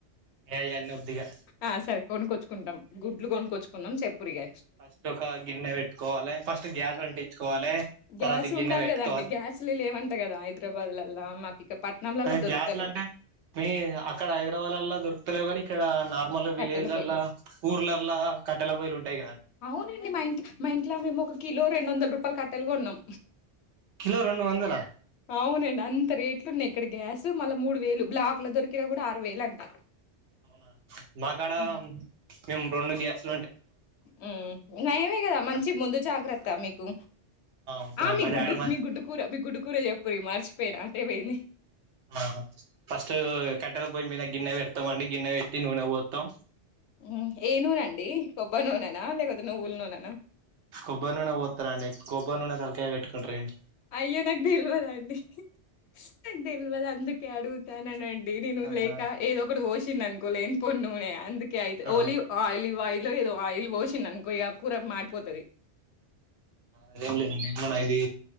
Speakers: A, on the right (about 75°); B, on the left (about 75°).
A: ఏ అయన్నీ వద్దిగా
B: ఆ సరే కొనుకొచ్చుకుంటాం గుడ్లు కొనుకొచ్చుకున్నాం చెప్పురిగా
A: ఫస్ట్ ఒక గిన్నె పెట్టుకోవాలే, ఫస్ట్ గ్యాస్ అంటించుకోవాలే, తర్వాత
B: గ్యాస్
A: గిన్నె
B: ఉండాలి
A: పెట్టుకోవా
B: గదండీ! గ్యాస్‌లే లేవంట గదా! హైదరాబాద్‌లల్లా. మాకిక పట్నంలల్లా
A: అంటే
B: దొరుకుతలేవు
A: గ్యాస్లు అంటే మీ అక్కడ హైదరాబాద్లా దొరుకుతలే కానీ ఇక్కడ నా ళ విలేజ్లలా
B: కట్టెల పొయ్యి. దొరకవు.
A: ఊర్లలా కట్టల పోయి లు టైగ
B: అవునండి మా ఇంటి మా ఇంట్లా మేము ఒక కిలో రెండు వందల రూపాయలు కట్టాల గొన్నాం
A: కిలో రెండు వందల
B: అవునండే అంత రే ట్లున్నాయి ఇక్కడ గ్యాస్ మళ్ళా మూడు వేలు, బ్లాక్ లో దొరికిన కూడా ఆరు వేలు అంట
A: అవున నా కాడ
B: హ్మ్.
A: మేము రెడు గ్యాస్
B: హ్మ్ నయమే కదా మంచి ముందు జాగ్రత్త మీ కు
A: ఉంటాయండి
B: ఆ మీ
A: మా
B: గుడ్డు
A: డాడీ మా
B: మీ గుడ్డుకూర మీ గుడ్డుకూర పరి మరిచపోయర అక్కడ పోయిం
A: ఆ ఫస్ట్ కట్టెలు పోయి మీద గిన్నె పెడతాం అండి గిన్నె పెట్టి నూనె పోతాం
B: హ్మ్ ఎ నూనఅండి కొబ్బర్ న లేకపోతే నువ్వులు నున్ హ్మ్
A: కొబ్బరి నూనె పోత్తరండి కొబ్బరి నూనే తలకాయ పెట్టుకుంట్ర అండి
B: అయ్యో నాకు దెల్వదండి నాక్ దెల్వద్ అందుకే అడు ట్యన నేన్ నిను
A: ఆహా
B: లేక ఏదో ఒకటి వోష వచ్చిందా అనుకో లెన్పన్ నూనె అందు ఒక అయతే
A: ఆ
B: ఓలివ్ ఆలియి లో ఏదో ఆయిల్ పోసింది అనుకోయిగా కూర మాడిపోతుది
A: అదేం లేదండి మన ఇది